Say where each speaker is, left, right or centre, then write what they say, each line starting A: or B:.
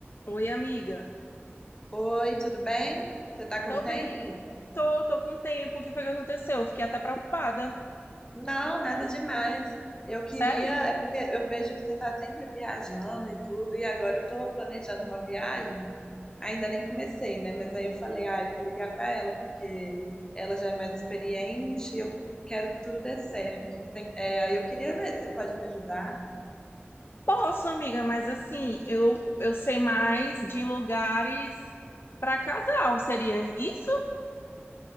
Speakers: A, on the left; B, on the left.
A: Oi, amiga.
B: Oi, tudo bem? Você tá com
A: Tô
B: tempo?
A: bem. Tô, tô com tempo. O que foi que aconteceu? Fiquei até preocupada.
B: Não, nada demais. Eu queria,
A: Sério?
B: é porque eu vejo que você tá sempre viajando e tudo, e agora eu tô planejando uma viagem. Ainda nem comecei, né? Mas aí eu falei, ah, eu vou ligar pra ela, porque ela já é mais experiente, eu quero que tudo dê certo. Tem- é, aí eu queria ver se você pode me ajudar.
A: Posso, amiga, mas assim, eu, eu sei mais de lugares pra casal. Seria isso?